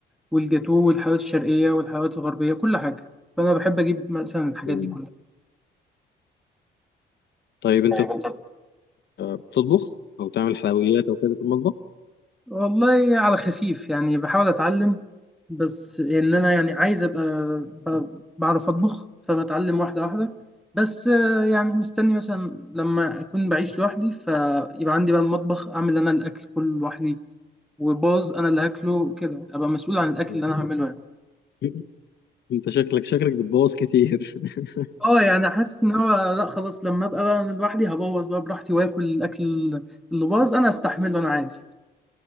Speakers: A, in the centre; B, on the left (about 60°).
A: والجاتوه والحلويات الشرقية والحلويات الغربية كل حاجة فأنا بحب أجيب مثلا الحاجات
B: امم
A: دي
B: طيب أنت
A: كلها
B: بتطبخ أو تعمل حلويات أو كده في المطبخ؟
A: والله على خفيف يعني بحاول اتعلم بس ان انا يعني عايز ابقى ب- بعرف اطبخ فبتعلم واحده واحده بس آه، يعني مستني مثلا لما اكون بعيش لوحدي فيبقى عندي بقى المطبخ اعمل انا الاكل كله لوحدي وباظ انا اللي هاكله كده ابقى مسؤول عن الاكل
B: مم.
A: اللي انا هعمله يعني
B: <laughs> أنت شكلك شكلك بتبوظ كتير <laughs>
A: اه يعني حاسس ان هو لا خلاص لما ابقى بقى لوحدي هبوظ بقى براحتي واكل الاكل اللي باظ انا استحمله انا عادي